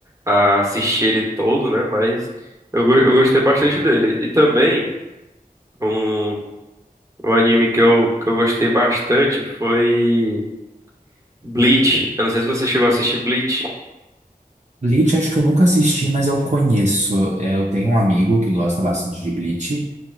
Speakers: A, on the right; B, on the right.
A: a assistir ele todo, né? Mas eu, go- eu gostei bastante dele. E também um, um anime que eu, que eu gostei bastante foi Bleach. Eu não sei se você chegou a assistir Bleach.
B: Bleach, acho que eu nunca assisti, mas eu conheço. É, Eu tenho um amigo que gosta bastante de Bleach.